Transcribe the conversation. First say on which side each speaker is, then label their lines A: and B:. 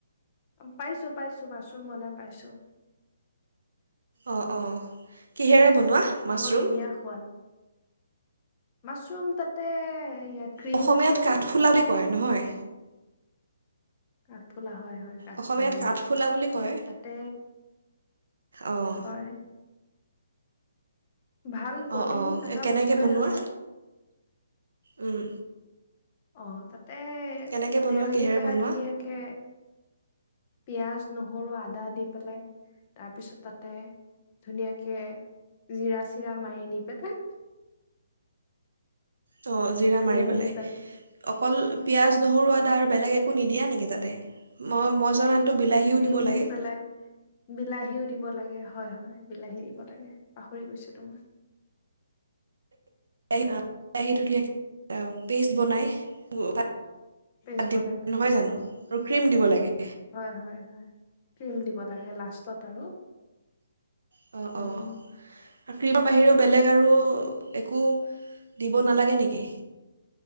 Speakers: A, on the left; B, on the right.
A: পাইছো পাইছো মাছৰুম বনাই পাইছো।
B: অ', অ', কিহেৰে বনোৱা? মাছৰুম?
A: বৰ ধুনীয়া সোৱাদ। মাছৰুম তাতে ক্ৰীম
B: অসমীয়াত
A: দিওঁ।
B: কাঠফুলা বুলি কয় নহয়?
A: কাঠফুলা হয় হয়। কাঠফুলা
B: অসমীয়াত
A: বুলি
B: কাঠফুলা
A: কয়,
B: বুলি কয়।
A: তাতে
B: অঁ
A: হয় ভাল প্ৰটিন
B: অ', অ'
A: থকা
B: কেনেকে
A: বস্তুৱে
B: বনোৱা?
A: হয়
B: উম।
A: অ' তাতে
B: কেনেকৈ বনোৱা
A: তেল
B: কিহেৰে
A: দি পেলাই
B: বনোৱা?
A: ধুনীয়াকে কে পিয়াঁজ, নহৰু, আদা দা দি পেলাই তাৰপিছত তাতে ধুনীয়াকে জিৰা- চিৰা মাৰি দি পেলাই
B: ত' জিৰা
A: ক্ৰীম
B: মাৰি পেলাই,
A: দি
B: অকল পিঁয়াজ,
A: অ
B: নহৰু, আদা আৰু বেলেগ একো নিদিয়া নেকি তাতে? মই মই জনাতটো
A: ক্ৰীম
B: বিলাহীও
A: ক্ৰীম
B: দিব লাগে।
A: দি পেলাই বিলাহীও দিব লাগে, হয় হয়। বিলাহী দিব লাগে, পাহৰি গৈছিলোঁ মই।
B: বিলাহী ধুনীয়াকৈ পেষ্ট বনাই <unintelligible>
A: পেষ্ট বনাই পেলাই
B: নহয় জানো? আৰু ক্ৰীম দিব লাগে।
A: হয়, হয়, হয়। তিল দিব লাগে লাষ্টত আৰু
B: অ',
A: উম
B: অ', ক্ৰীমৰ বাহিৰেও বেলেগ আৰু একো দিব নালাগে নেকি?